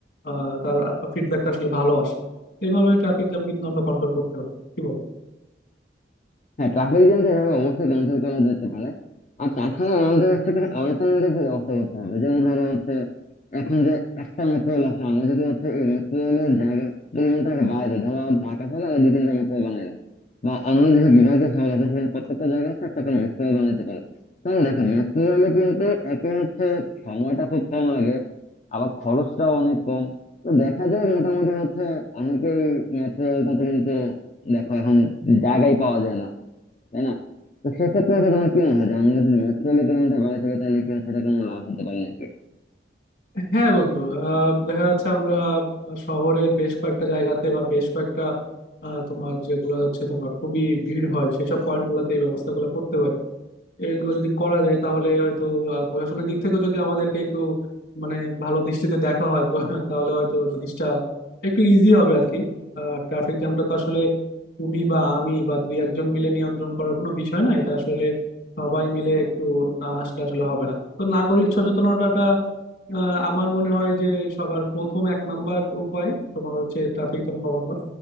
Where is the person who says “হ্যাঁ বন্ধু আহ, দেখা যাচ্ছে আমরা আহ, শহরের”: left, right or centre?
Left